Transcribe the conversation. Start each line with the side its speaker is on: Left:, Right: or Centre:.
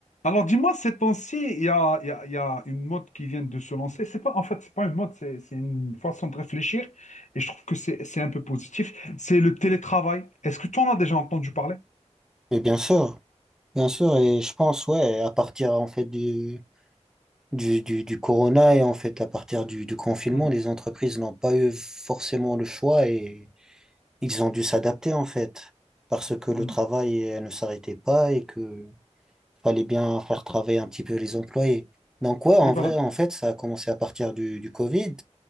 Left: Alors dis-moi, ces temps-ci, il y a, il y a- il y a une mode qui vient de se lancer. C'est pas, en fait, c'est pas une mode, c'est c'est une façon de réfléchir. Et je trouve que c'est c'est un peu positif. C'est le télétravail. Est-ce que tu en as déjà entendu parler?
Centre: Et bien sûr, bien sûr, et je pense, ouais, à partir en fait du, du, du, du corona et en fait à partir du, du confinement,
Left: Hmm,
Centre: les entreprises n'ont pas eu forcément le choix et ils ont dû s'adapter en fait, parce que
Left: hmm.
Centre: le travail euh, ne s'arrêtait pas et que fallait bien faire travailler un petit peu les employés. Donc ouais, en
Left: Oui, voilà.
Centre: vrai, en fait, ça a commencé à partir du, du Covid